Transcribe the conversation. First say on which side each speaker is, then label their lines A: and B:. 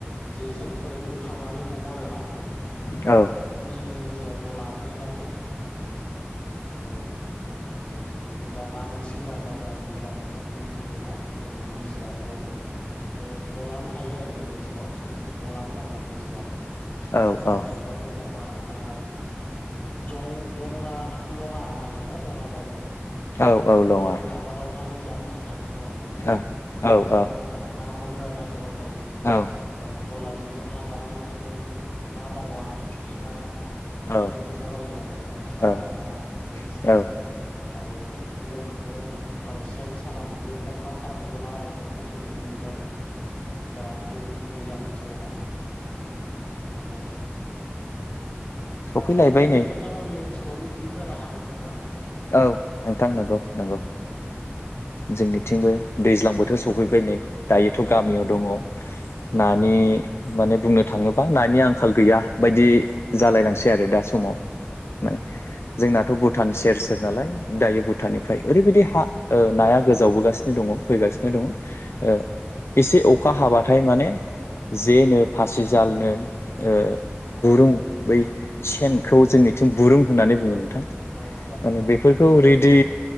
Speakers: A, on the left; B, on the left.
A: जेजों ओरै बोखांनानै हमो आरो नाखौ
B: औ
A: बेखौ जोंनि ओनसोलाव दला जे होनना बुङो जों औ ए बिदिनो दा ना मोनसिगोन आरो ना दा दैज्लां बोथोर दै फैबायना जोङो निजिराफोरावबो ओ बलान थायो रो जोंनि ओनसोलाव जों बेखौ बलान होनना बुङो निजोरा मानसि
B: औ
A: जावनाय
B: औ
A: बा मा ओ जं दङा लङा नाय बुङोना लङा जावनाय
B: औ औ लङा
A: दै आबादावहा दै लाङो थाखाय लङाय जावनाय
B: औ
A: बेबायदियावहा
B: औ औ
A: ना मोनो आरो गो बां दायो
B: औ औ
A: ओ दला जेजों हाजानानै मोनो ना मावा थिना बेबायदि
B: औ
A: मोनलाबायो आरो गोबां सान्दा
B: औ
A: ना बेबायदि मोनो
B: औ औ
A: आरो बेबाय बिदिनो आरो सेन सानानैबो खखा सानानैबो ना हमनायखौ जों नुनो मोनो आरो दा बे दैलां बोथोरावहा नोंगौ
B: सफैलायबाय
A: आरो बेबायदिनो
B: नै
A: नोंथांमोननि ओनसोलावबो बिदिनो जानो हागौ ना? नंगौ
B: औ नोंथां नोंगौ नोंगौ।
A: नंगौ
B: जोंनिथिंबो दैज्लां बोथोर सफैबाय नै दायोथ' गामियाव दङ। नानि माने बुंनो थाङोबा नानि आंखाल गैया बायदि जालायलांसै आरो दा समाव माने
A: नंगौ नोंथां
B: जोंनाथ' भुटान सेर सेर नालाय दायो भुटाननिफ्राय ओरैबायदि हा ओ नाया गोजावबोगासिनो दङ फैगासिनो दङ। ओ
A: नंगौ
B: एसे अखा हाबाथाय माने जे नो फासि जालनो ओ
A: औ
B: बुरुं बै सेनखौ जोंनिथिं बुरुं होननानै बुङो नों
A: औ औ।
B: माने
A: नंगौ
B: बेफोरखौ रेडि